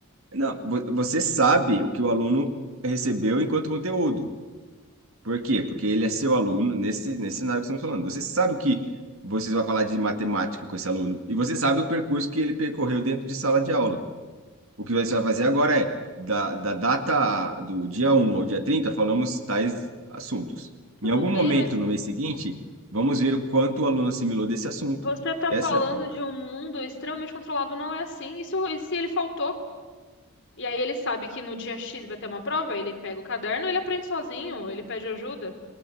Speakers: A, on the right (about 70°); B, on the left (about 60°).
A: não, vo- você sabe o que o aluno recebeu enquanto conteúdo. Por quê? Porque ele é seu aluno nesse, nesse cenário que estamos falando. Você sabe o que vocês vão falar de matemática com esse aluno, e você sabe o percurso que ele percorreu dentro de sala de aula. O que você vai fazer agora é, da, da data do dia um ao dia 30 falamos tais assuntos.
B: tudo
A: Em algum
B: bem,
A: momento
B: mas
A: no mês seguinte, vamos ver o quanto o aluno assimilou desse assunto.
B: você está
A: Essa
B: falando
A: é a provocação.
B: de um mundo extremamente controlado, não é assim. E se, o- e se ele faltou? E aí ele sabe que no dia X vai ter uma prova, ele pega o caderno, ele aprende sozinho, ele pede ajuda.